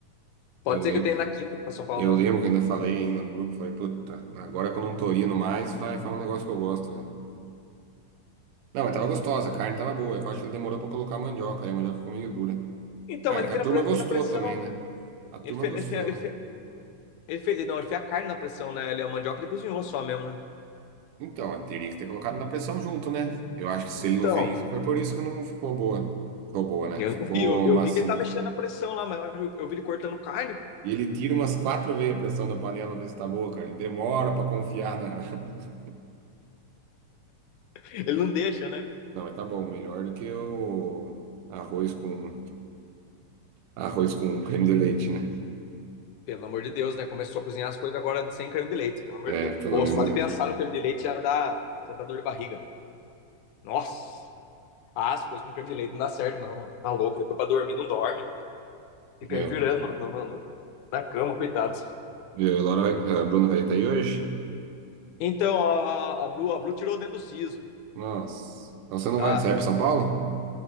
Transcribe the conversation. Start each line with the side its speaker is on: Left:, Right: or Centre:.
Left: Pode
Right: Eu,
Left: ser
Right: le...
Left: que eu tenha na quinta pra São Paulo,
Right: eu lembro
Left: né?
Right: que ainda falei ainda no grupo, falei, puta, agora que eu não tô indo mais, vai, faz um negócio que eu gosto, velho. Não, mas tava gostosa, a carne tava boa. é que Eu acho que ele demorou pra colocar a mandioca, aí a mandioca ficou meio dura.
Left: Então,
Right: É,
Left: mas
Right: que
Left: ele fez
Right: a turma
Left: na, fez
Right: gostou
Left: na pressão.
Right: também, né? A turma
Left: Ele fez,
Right: gostou,
Left: ele, fez, ele,
Right: né?
Left: fez, ele fez- Não, ele fez a carne na pressão, né? Ele, a mandioca ele cozinhou só mesmo, né?
Right: Então, eu teria que ter colocado na pressão junto, né? Eu acho que se
Left: Então.
Right: ele não fez isso, foi por isso que não ficou boa. Ficou boa, né?
Left: Eu
Right: Ficou
Left: não vi, eu, eu
Right: macia.
Left: vi que ele tá mexendo na pressão lá, mas eu, eu vi ele cortando carne.
Right: E ele tira umas quatro vezes a pressão da panela, ver se tá boa, cara. Ele demora pra confiar na. <laughs>
Left: <laughs> Ele não deixa, né?
Right: Não, mas tá bom, melhor do que o arroz com arroz com creme de leite, né?
Left: Pelo amor de Deus, né? Começou a cozinhar as coisas agora sem creme de leite, pelo amor
Right: É,
Left: de Deus.
Right: pelo
Left: Ou
Right: menos.
Left: só de pensar no creme de leite já dá, já dá dor de barriga. Nossa! Ah, as coisas com creme de leite não dá certo, não, mano. Tá louco, depois pra dormir não dorme. Fica
Right: É.
Left: aí virando no- no- no- na cama, coitados.
Right: E a Laura vai... a Bruna vai estar aí hoje?
Left: Então, a, a Bru, a Bru tirou dentro do siso.
Right: Nossa. Então você não
Left: Ah,
Right: vai. Você
Left: tirou.
Right: vai pra São Paulo?